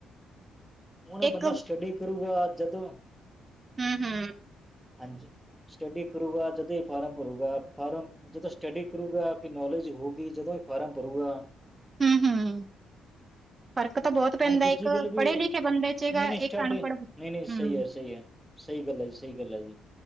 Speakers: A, in the centre; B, on the right.
A: ਹੁਣ
B: ਇੱਕ
A: ਬੰਦਾ ਸਟੱਡੀ ਕਰੂਗਾ ਜਦੋਂ
B: ਹਮ ਹਮ
A: ਹਾਂਜੀ ਸਟੱਡੀ ਕਰੂਗਾ ਜਦੋਂ ਹੀ ਫਾਰਮ ਭਰੂਗਾ ਫਾਰਮ ਜਦੋਂ ਸਟੱਡੀ ਕਰੂਗਾ ਕਿ ਨੌਲੇਜ ਹੋਊਗੀ ਜਦੋਂ ਵੀ ਫਾਰਮ ਭਰੂਗਾ
B: ਹਮ ਹਮ ਫਰਕ ਤਾਂ ਬਹੁਤ
A: ਹੁਣ
B: ਪੈਂਦਾ
A: ਦੂਜੀ
B: ਇੱਕ
A: ਗੱਲ ਵੀ
B: ਪੜ੍ਹੇ ਲਿਖੇ ਬੰਦੇ ਚਗਾ
A: ਨਹੀਂ ਨਹੀਂ ਸਟਾਡੇ
B: ਇੱਕ ਅਨਪੜ੍ਹ
A: ਨਹੀਂ ਨਹੀਂ ਸਹੀ
B: ਹਮ
A: ਹੈ ਸਹੀ ਹੈ ਸਹੀ ਗੱਲ ਹੈ ਜੀ ਸਹੀ ਗੱਲ ਹੈ ਜੀ